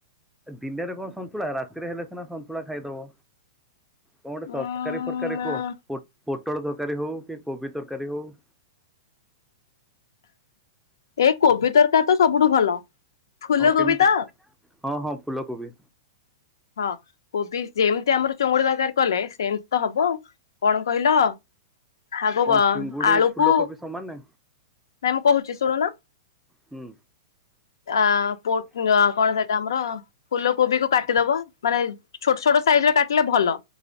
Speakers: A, in the centre; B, on the left.
A: ଦିନରେ କଣ ସନ୍ତୁଳା, ରାତିରେ ହେଲେ ସିନା ସନ୍ତୁଳା ଖାଇଦବ। କଣ ଗୋଟେ ତରକାରୀଫରକାରୀ
B: ଉଁ
A: କୁହ। ପୋଟଳ ତରକାରୀ ହଉ କି କୋବି ତରକାରୀ ହଉ।
B: ଏ କୋବି ତରକାରୀ ତ ସବୁଠୁ ଭଲ, ଫୁଲକୋବି
A: ହଁ କେମିତି
B: ତ?
A: ହଁ ହଁ ଫୁଲକୋବି
B: ହଁ କୋବି, ଯେମିତି ଆମର ଚୁଙ୍ଗୁଡି ତରକାରୀ କଲେ ସେମ୍ ତ ହବ, କଣ କହିଲ ଆଗ
A: କଣ ଚୁଙ୍ଗୁଡି
B: ଆଳୁକୁ
A: ଫୁଲକୋବି ସମାନ ନା?
B: ନାଇଁ ମୁଁ କହୁଛି ଶୁଣୁନ।
A: ହୁଁ
B: ଆ ପୋ କଣ ସେଇଟା ଆମର? ଫୁଲ କୋବି କୁ କାଟିଦବ ମାନେ ଛୋଟ ଛୋଟ ସାଇଜ ରେ କାଟିଲେ ଭଲ